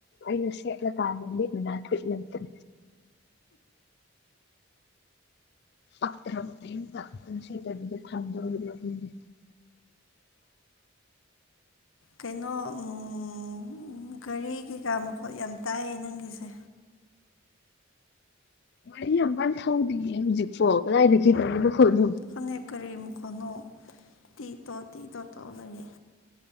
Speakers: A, on the left (about 50°); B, on the left (about 70°).
A: ꯑꯩꯅ ꯁꯦꯠꯂꯀꯥꯟꯗꯗꯤ <unintelligible> ꯂꯩꯇ꯭ꯔꯦ ꯄꯛꯇ꯭ꯔꯕ ꯀꯩꯝꯇ ꯑꯗꯨꯝ ꯁꯦꯠꯇꯕꯤꯗ ꯊꯝꯗꯣꯔꯕ ꯑꯗꯨꯒꯤ
B: ꯀꯩꯅꯣ ꯎꯝ ꯒꯥꯔꯤ ꯀꯩꯀꯥ ꯃꯈꯣꯜ ꯌꯥꯝ ꯇꯥꯏꯌꯦ ꯅꯪꯒꯤꯁꯦ
A: ꯒꯥꯔꯤ ꯌꯥꯝ ꯀꯟꯅ ꯊꯧꯗꯤꯌꯦ ꯍꯧꯖꯤꯛꯄꯣ ꯀꯗꯥꯏꯗꯒꯤ ꯒꯥꯔꯤ ꯃꯈꯣꯜꯅꯣ
B: ꯈꯪꯗꯦ ꯀꯔꯤ ꯃꯈꯣꯟꯅꯣ ꯇꯤ ꯇꯣ ꯇꯤ ꯇꯣ ꯇꯧ ꯂꯩꯌꯦ